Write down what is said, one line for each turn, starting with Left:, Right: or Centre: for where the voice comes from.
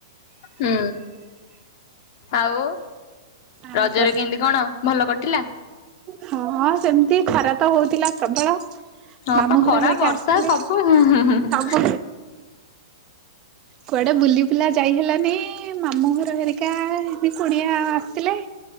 Left: ହୁଁ ଆଉ
Right: ଆଉ
Left: ରଜରେ
Right: କଣ
Left: କେମିତି କଣ ଭଲ କଟିଲା?
Right: ହଁ ସେମିତି ଖରା ତ ହଉଥିଲା ପ୍ରବଳ।
Left: ହଁ
Right: ମାମୁଁ
Left: ପା
Right: ଘର
Left: ଖରା
Right: ହେରିକା
Left: ବର୍ଷା
Right: ଆସିଥିଲେ
Left: ସବୁ ହିଁ ହିଁ ହିଁ।
Right: ସବୁ କୁଆଡ଼େ ବୁଲି ବୁଲା ଯାଇ ହେଲାନି ମାମୁଁ ଘର ହେରିକା ଏବେ କୁଣିଆ ଆ ସିଲେ।